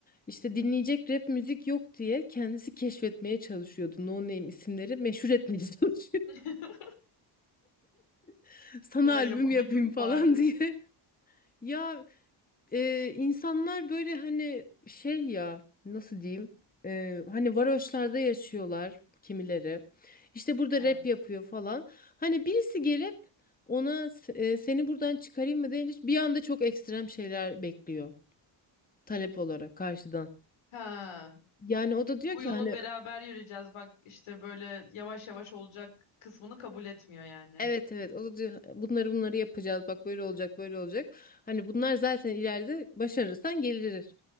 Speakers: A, on the left; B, on the left.
A: İşte dinleyecek rap müzik yok diye kendisi keşfetmeye çalışıyordu. No Name isimleri meşhur etmeye çalışıyordu.
B: <laughs>
A: <laughs> Sana
B: Ya
A: albüm
B: yapabildim
A: yapayım
B: mi
A: falan
B: bari?
A: <laughs> diye. Ya e, insanlar böyle hani şey ya nasıl diyeyim E, hani varoşlarda yaşıyorlar kimileri işte burada
B: Evet.
A: rap yapıyor falan hani birisi gelip ona s- e, seni buradan çıkarayım mı deyince bir anda çok ekstrem şeyler bekliyor talep olarak karşıdan
B: Ha.
A: yani o da diyor
B: Bu
A: ki
B: yolu
A: hani
B: beraber yürüyeceğiz. Bak işte böyle yavaş yavaş olacak kısmını kabul etmiyor yani.
A: Evet evet o da diyor bunları bunları yapacağız bak böyle olacak böyle olacak. Hani bunlar zaten ileride başarırsan gelir.